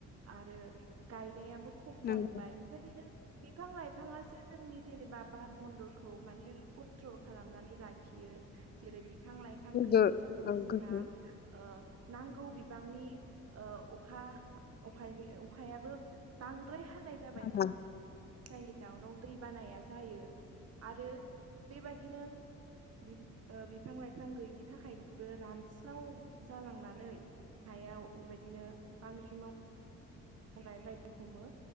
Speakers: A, on the right; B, on the left.
A: आरो गायनायाबो खम
B: नोंगौ
A: जाबोबाय बेबायदिनो बिफां लाइफाङासो जोंनि जेनेबा बार मन्दलखौ माने कन्ट्रल खालामनानै लाखियो। जेरै बिफां लाइफां
B: गोग्गो
A: गैयिनि जाहोनाव
B: औ
A: जोंना
B: गोग्गो
A: ओ नांगौ बिबांनि ओ अखा अखाय अखायाबो बांद्राय हानाय जाबाय।
B: गोनां
A: जायनि जाउनाव दैबानाया जायो आरो बेबादिनो बि ओ बिफां लाइफां गैयिनि थाखायबो ओ रान स्राव जालांनानै हायाव बेबायदिनो बांग्रि माव मावनाय बायदि हमो